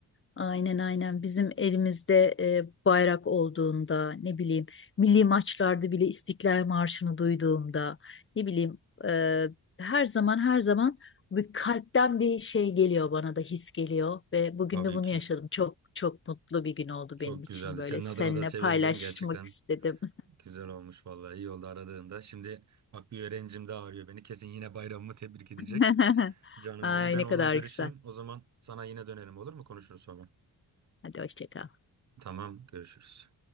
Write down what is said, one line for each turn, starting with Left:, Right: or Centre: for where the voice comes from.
Left: Aynen aynen bizim elimizde e, bayrak olduğunda ne bileyim milli maçlarda bile İstiklal Marşı'nı duyduğumda ne bileyim e, her zaman her zaman bir kalpten bir şey geliyor bana da his geliyor ve bugün
Right: Tabii
Left: de bunu
Right: ki.
Left: yaşadım. Çok çok mutlu bir gün oldu
Right: Çok
Left: benim için
Right: güzeldi.
Left: böyle
Right: Senin
Left: seninle
Right: adına da sevindim
Left: paylaşmak
Right: gerçekten.
Left: istedim.
Right: Güzel olmuş vallahi iyi oldu aradığında. Şimdi bak bir öğrencim daha arıyor beni. Kesin yine bayramımı tebrik edecek.
Left: <laughs>
Right: Canım
Left: Ay
Right: benim. Ben
Left: ne
Right: onunla
Left: kadar
Right: görüşeyim.
Left: güzel.
Right: O zaman sana yine dönerim olur mu? Konuşuruz sonra.
Left: Hadi hoşça kal.
Right: Tamam, görüşürüz.